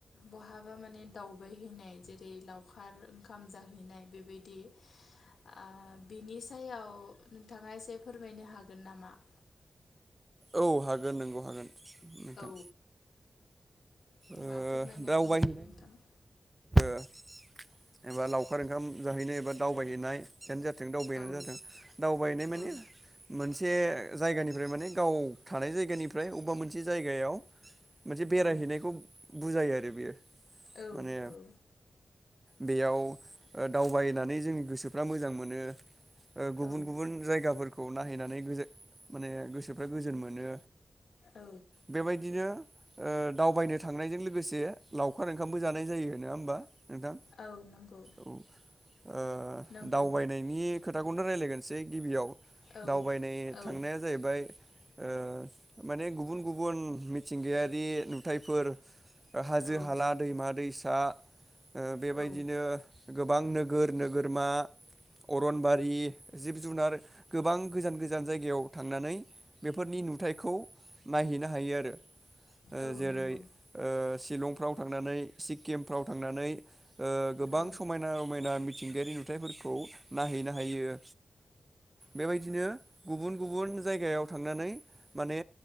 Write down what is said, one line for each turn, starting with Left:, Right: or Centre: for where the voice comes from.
Left: बहाबा मा ने दावबाय हैैनाय जेरै लावखार ओंखाम जाहैनाय बेबायदि ओ बिनि सायाव नोंथाङा एसे फोरमायनो हागोन नामा? <inaudible>
Right: औ हागोन नंगौ हागोन। नोंथां
Left: औ होमबा
Right: ओ
Left: फोरमायनानै
Right: दावबायहैनाय
Left: होदो नोंथां।
Right: ओ एबा लावखार ओंखाम जाहैनो एबा दावबायहैनाय बेनो जा जों दावबायानो
Left: औ
Right: जाथों दावबायनाय माने
Left: औ
Right: मोनसे जायगानिफ्राय माने गाव थानाय जायगानिफ्राय अबेबा मोनसे जायगायाव मोनसे बेरायहैनायखौ
Left: औ
Right: बुजायो आरो बेयो
Left: औ
Right: माने बेयाव दावबायनानै जोंनि गोसोफ्रा मोजां मोनो ओ गुबुन
Left: औ औ
Right: गुबुन जायगाफोरखौ नायहैनानै गोजो माने गोसोफ्रा गोजोन मोनो।
Left: औ
Right: बेबायदिनो ओ दावबायनो थांनायजों लोगोसे लावखार ओंखामबो जानाय जायो नङा होमबा। नोंथां।
Left: औ नंगौ
Right: औ ओ
Left: नंगौ
Right: दावबायनायनि खोथाखौनो रायलायगोनसै गिबियाव
Left: औ
Right: दावबायनाय
Left: औ
Right: थांनाया जाहैबाय ओ माने गुबुन गुबुन मिथिंगायारि नुथाय फोर हाजो
Left: औ
Right: हाला दैमा दैसा ओ बेबायदिनो
Left: औ
Right: गोबां नोगोर नोगोरमा अरनबारि जिब जुनार गोबां गोजान गोजान जायगायाव थांनानै फोरनि नुथायखौ नायहैनो हायो आरो। ओ
Left: औ
Right: जेरै
Left: नंगौ
Right: ओ शिलंफ्राव थांनानै, सिक्किमफ्राव थांनानै ओ गोबां
Left: औ
Right: समायना रमायना मिथिंगायारि नुथायाइफोरखौ नायहैनो हायो। बेबायदिनो गुबुन गुबुन जायगायाव थांनानै माने